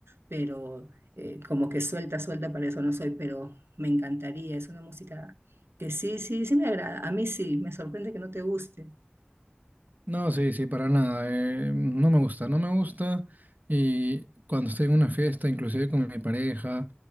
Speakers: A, on the right; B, on the right.
A: pero eh, como que suelta, suelta, para eso no soy, pero me encantaría, es una música que sí, sí, sí me agrada, a mí sí, me sorprende que no te guste,
B: No, sí, sí, para nada. eh, no me gusta, no me gusta. Y cuando estoy en una fiesta, inclusive con mi pareja,